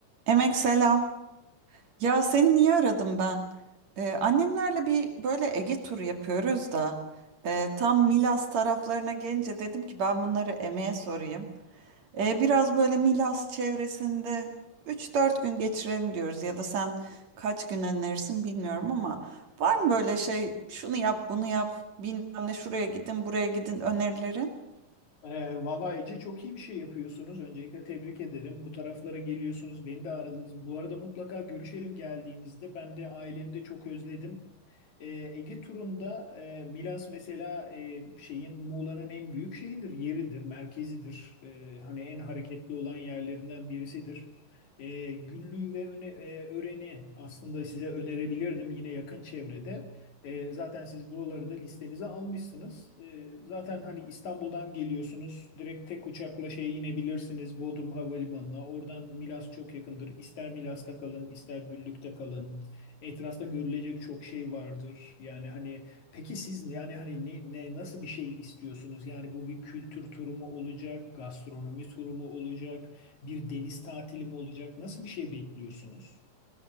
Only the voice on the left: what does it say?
Ee, valla Ece çok iyi bir şey yapıyorsunuz. Öncelikle tebrik ederim. Bu taraflara geliyorsunuz. Beni de aradınız. Bu arada mutlaka görüşelim geldiğinizde. Ben de ailemi de çok özledim. Ee, Ege turunda e, Milas mesela e, şeyin Muğla'nın en büyük şeyidir, yeridir, merkezidir. Ee, hani en hareketli olan yerlerinden birisidir. Ee, Güllü ve öne, e, Ören'i aslında size önerebilirdim yine yakın çevrede. E, zaten siz buraları da listenize almışsınız. E, zaten hani İstanbul'dan geliyorsunuz. Direkt tek uçakla şeye inebilirsiniz Bodrum Havalimanı'na. Oradan Milas çok yakındır. İster Milas'ta kalın, ister Güllük'te kalın. Etrafta görülecek çok şey vardır. Yani hani peki siz yani hani ne, ne nasıl bir şey istiyorsunuz? Yani bu bir kültür turu mu olacak, gastronomi turu mu olacak, bir deniz tatili mi olacak? Nasıl bir şey bekliyorsunuz?